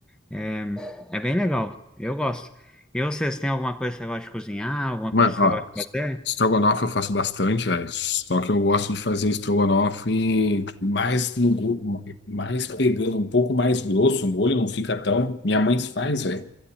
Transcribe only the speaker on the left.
Mano,
ó,
estrogonofe eu faço bastante, é, só que eu gosto de fazer estrogonofe mais no, go- mais pegando um pouco mais grosso, o molho não fica tão. Minha mãe faz, velho.